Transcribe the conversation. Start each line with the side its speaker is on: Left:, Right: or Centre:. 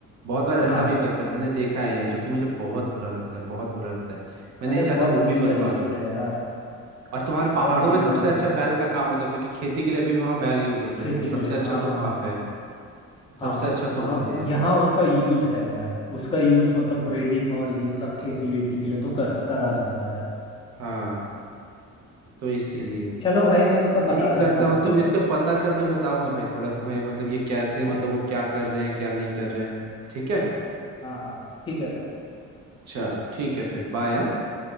Right: बहुत बार ऐसा
Left: हाँ
Right: भी करते हैं मैंने देखा है यार जो कि मुझे बहुत बुरा लगता है बहुत बुरा लगता है मैं
Left: अरे
Right: नहीं चाहता
Left: बहुत
Right: वो
Left: बुरी
Right: भी बर्बाद
Left: तरीके
Right: हो
Left: से यार
Right: और तुम्हारे पहाड़ों
Left: बहुत बुरी
Right: में सबसे
Left: तरीके
Right: अच्छा
Left: से
Right: बैल का काम होता है क्योंकि खेती के लिए अभी भी वहाँ बैल यूज होते
Left: खेती
Right: हैं तो सबसे
Left: के लिए
Right: अच्छा
Left: हाँ हाँ
Right: तो वहाँ
Left: हाँ
Right: पे है सबसे
Left: हाँ
Right: अच्छा
Left: वहाँ
Right: तो वो है यार
Left: यहाँ उसका यूज़ है यार उसका यूज़ मतलब ब्रीडिंग और ये सब खेती वेती के लिए तो कर करा जाता है
Right: हाँ तो इसीलिए
Left: चलो भाई मैं इसका
Right: यही
Left: पता
Right: करता
Left: करता हूँ
Right: हूँ
Left: फिर
Right: तुम इसके पता करके बताओ ना भाई थोड़ा तुम्हें मतलब ये कैसे
Left: ठीक
Right: मतलब वो क्या कर रहे हैं क्या नहीं कर रहे हैं ठीक है
Left: हाँ हाँ ठीक है भाई
Right: चलो ठीक
Left: ठीक
Right: है फिर बाय